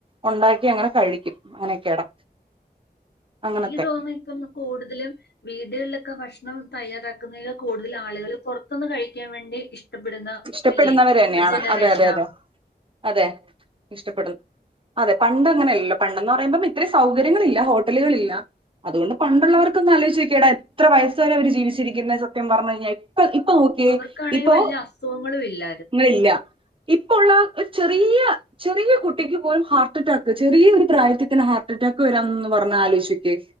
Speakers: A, on the right (about 30°); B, on the left (about 75°).
A: ഉണ്ടാക്കി അങ്ങനെ കഴിക്കും അങ്ങനെയൊക്കെയാടാ അങ്ങനത്തെ.
B: എനിക്ക് തോന്ന്ന്നു ഇപ്പൊ കൂടുതലും വീടുകളിലൊക്കെ ഭക്ഷണം തയ്യാറാക്കുന്നതിൽ കൂടുതൽ ആളുകൾ പുറത്തുന്ന് കഴിക്കാൻ വേണ്ടി ഇഷ്ട ഇഷ്ടപ്പെടുന്ന
A: ഇഷ്ടപ്പെടുന്നവര്
B: അല്ലെ
A: തന്നെയാണ്.
B: ഒരു ജനറേഷനാ
A: അതെ അതെ അതെ അതെ ഇഷ്ടപ്പെടു അതെ പണ്ട് അങ്ങനെയല്ലല്ലോ പണ്ടന്ന് പറയുമ്പം ഇത്ര സൗകര്യങ്ങളില്ല ഹോട്ടലുകളില്ല അതുകൊണ്ട് പണ്ടുള്ളവർക്കൊന്നു ആലോയിചോക്കേടാ എത്ര വയസ്സ് വരെ അവര് ജീവിച്ചിരിക്കുന്നെ സത്യം പറഞ് കഴിഞ്ഞാൽ ഇപ്പ ഇപ്പ നോക്കിയേ
B: അവർക്കാണെങ്കിൽ
A: ഇപ്പൊ
B: വലിയ അസുഖങ്ങളും ഇല്ല
A: ങ്ങളില്ല ഇപ്പൊള്ള ഒരു ചെറിയ ചെറിയ കുട്ടിക്ക് പോലും ഹാർട്ട് അറ്റാക്ക് ചെറിയ ഒരു പ്രായത്തിൽ തന്നെ ഹാർട്ട് അറ്റാക്ക് വരാന്നൊന്ന് പറഞ്ഞ ആലോയ്ചോക്കിയേ